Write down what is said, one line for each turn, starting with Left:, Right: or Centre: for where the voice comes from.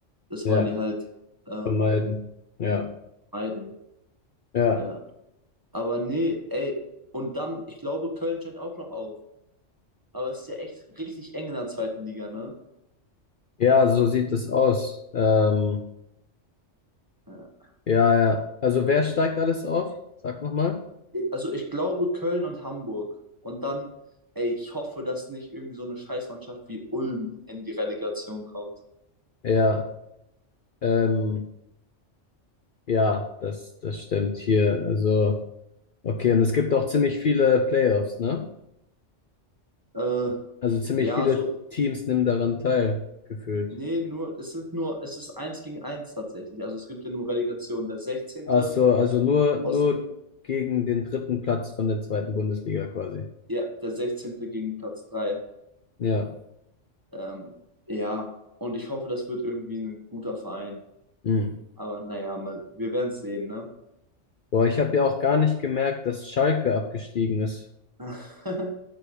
Right: Das
Left: ja,
Right: wollen die halt ähm,
Left: vermeiden. Ja,
Right: meiden.
Left: ja.
Right: Ja. Aber nee, ey, und dann, ich glaube, Köln steigt auch noch auf. Aber es ist ja echt richtig eng in der zweiten Liga, ne?
Left: Ja, so sieht es aus. Ähm,
Right: Ja.
Left: ja, ja. Also wer steigt alles auf? Sag nochmal.
Right: also ich glaube Köln und Hamburg. Und dann, ey, ich hoffe, dass nicht irgendwie so eine Scheißmannschaft wie Ulm in die Relegation kommt.
Left: Ja, ähm, ja, das, das stimmt hier. Also, okay, und es gibt auch ziemlich viele Playoffs, ne?
Right: Äh,
Left: Also ziemlich
Right: ja,
Left: viele
Right: so,
Left: Teams nehmen daran teil, gefühlt.
Right: nee, nur, es ist nur, es ist eins gegen eins tatsächlich. Also es gibt ja nur Relegation. Der sechzehnte
Left: Ach so, also nur,
Right: aus,
Left: nur gegen den dritten Platz von der zweiten Bundesliga quasi.
Right: ja, der sechzehnte gegen Platz drei
Left: Ja.
Right: Ähm, ja, und ich hoffe, das wird irgendwie ein guter Verein.
Left: Hm.
Right: Aber naja, mal, wir werden es sehen, ne?
Left: Boah, ich habe ja auch gar nicht gemerkt, dass Schalke abgestiegen ist.
Right: <laughs>